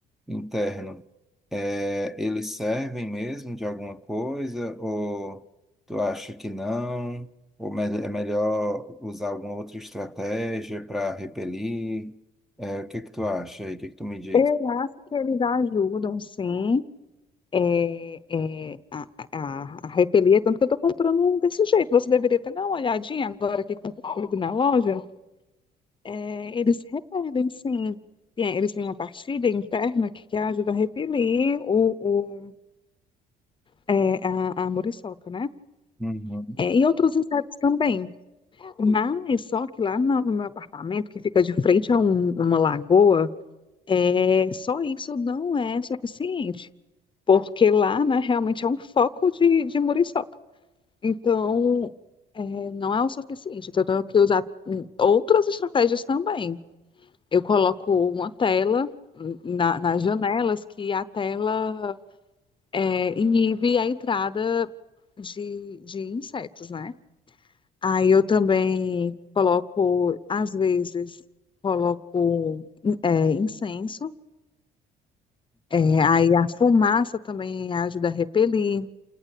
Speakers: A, in the centre; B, on the left.
A: interno, é, eles servem mesmo de alguma coisa? Ou tu acha que não? Ou me- é melhor usar alguma outra estratégia para repelir? É, o que que tu acha aí? O que que tu me diz?
B: Eu acho que eles ajudam, sim, é, é, a, a, a repelir, tanto que eu tô comprando um desse jeito. Você deveria até dar uma olhadinha agora aqui com comigo na loja. É, eles repelem, sim. Tem- Eles têm uma partilha interna que ajuda a repelir o, o É, a, a muriçoca, né?
A: Uhum,
B: É, e outros insetos também. Mas só que lá no, no meu apartamento, que fica de frente a um- uma lagoa, é, só isso não é suficiente. Porque lá, né, realmente é um foco de, de muriçoca. Então, é, não é o suficiente. Então, eu tenho que usar hum, outras estratégias também. Eu coloco uma tela hum, na- nas janelas que a tela é, inibe a entrada de, de insetos, né? Aí eu também coloco, às vezes, coloco é, incenso. É, aí a fumaça também ajuda a repelir.